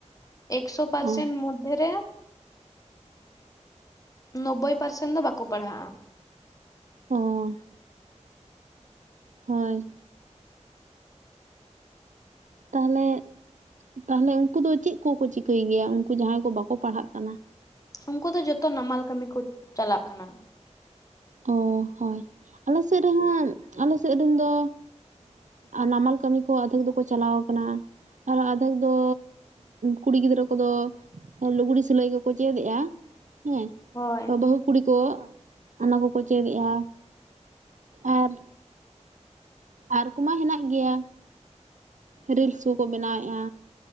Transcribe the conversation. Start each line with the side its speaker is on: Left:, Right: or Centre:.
Left: ᱮᱠᱥᱚ ᱯᱟᱨᱥᱮᱱ
Right: ᱚ
Left: ᱢᱚᱫᱽᱫᱷᱮ ᱨᱮ ᱱᱚᱵᱽᱵᱳᱭ ᱯᱟᱨᱥᱮᱱ ᱫᱚ ᱵᱟᱠᱚ ᱯᱟᱲᱦᱟᱜᱼᱟ
Right: ᱚ ᱦᱳᱭ ᱛᱟᱦᱚᱞᱮ ᱛᱟᱦᱚᱞᱮ ᱩᱱᱠᱩ ᱫᱚ ᱪᱮᱫ ᱠᱚᱠᱚ ᱪᱤᱠᱟᱹᱭ ᱜᱮᱭᱟ ᱩᱱᱠᱩ ᱡᱟᱦᱟᱸᱭ ᱠᱚ ᱵᱟᱠᱚ ᱯᱟᱲᱦᱟᱜ ᱠᱟᱱᱟ
Left: ᱩᱱᱠᱩ ᱫᱚ ᱡᱚᱛᱚ ᱱᱟᱢᱟᱞ ᱠᱟᱹᱢᱤ ᱠᱚ ᱪᱟᱞᱟᱜ ᱠᱟᱱᱟ
Right: ᱚ ᱦᱳᱭ ᱟᱞᱮ ᱥᱮᱫ ᱨᱮᱦᱚᱸ ᱟᱞᱮ ᱥᱮᱫ ᱨᱮᱱ ᱫᱚ ᱱᱟᱢᱟᱞ ᱠᱟᱹᱢᱤ ᱠᱚ ᱟᱫᱷᱮᱠ ᱫᱚᱠᱚ ᱪᱟᱞᱟᱣ ᱠᱟᱱᱟ ᱟᱨ ᱟᱫᱷᱮᱠ ᱫᱚ ᱠᱩᱲᱤ ᱜᱤᱫᱽᱨᱟᱹ ᱠᱚᱫᱚ ᱞᱩᱜᱽᱲᱤ ᱥᱤᱞᱟᱹᱭ ᱠᱚᱠᱚ ᱪᱮᱫ ᱮᱫᱼᱟ ᱦᱮᱸ
Left: ᱦᱳᱭ
Right: ᱵᱟᱹᱦᱩ ᱠᱩᱲᱤ ᱠᱚ ᱚᱱᱟ ᱠᱚᱠᱚ ᱪᱮᱫᱮᱜᱼᱟ ᱟᱨ ᱟᱨ ᱠᱚᱢᱟ ᱦᱮᱱᱟᱜ ᱜᱮᱭᱟ ᱨᱤᱞ ᱥᱳ ᱠᱚ ᱵᱮᱱᱟᱣᱮᱫᱼᱟ